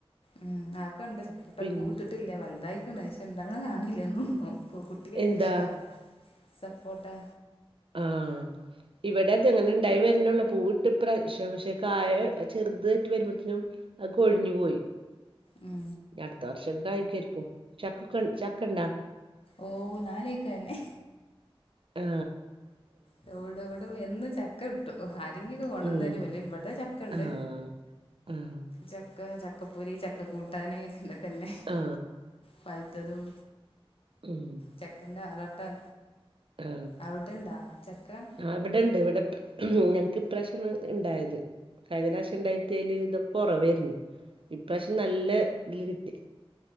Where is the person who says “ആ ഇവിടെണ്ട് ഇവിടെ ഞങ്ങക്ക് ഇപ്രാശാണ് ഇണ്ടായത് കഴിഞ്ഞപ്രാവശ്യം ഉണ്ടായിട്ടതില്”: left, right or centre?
Right